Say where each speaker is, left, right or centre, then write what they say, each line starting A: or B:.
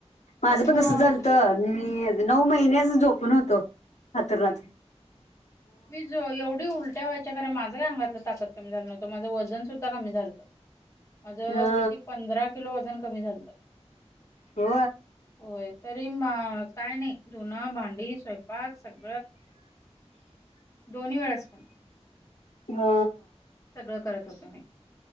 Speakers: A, on the left (about 80°); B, on the left (about 25°).
A: माझं
B: होय
A: पण कसं झालत मी नऊ महिन्याच झोपून होतो हतुर्नाथ
B: मी एवढी उलट्या व्हायच्या खर माझा ्या अंगातलं ताक कमी झा नवतं माझं वजन सुद्धा कमी झालतं माझ
A: हा
B: किती पंधरा किलो वजन कमी झालतं
A: हो
B: होय तरी म काय नाही धुन भांडी स्वयंपाक सग दोन्ही वेळेस प
A: हा
B: सगळं करत होतो मी